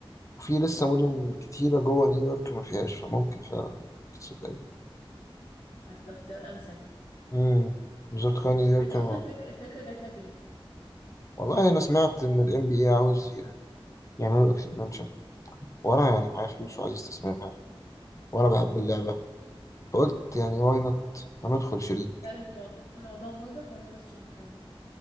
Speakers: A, on the left (about 35°); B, on the left (about 75°).
A: وفي لسه مدن كتيرة جوه نيويورك ما فيهاش فممكن فعلا تصدق
B: هتبقى اختيار امثل
A: امم بالظبط كان يركن
B: طب انت اصلا
A: اه
B: الفكرة الفكرة جات لك ليه؟
A: والله انا سمعت ان الام بي اي عاوز ي- يعملوا اكسبانشن وانا يعني معايا فلوس وعايز استثمرها وانا بحب اللعبه فقلت يعني واي نوت ما ندخل شريك
B: هل المو- الموضوع مربح ولا انت بس عشان بتحبه؟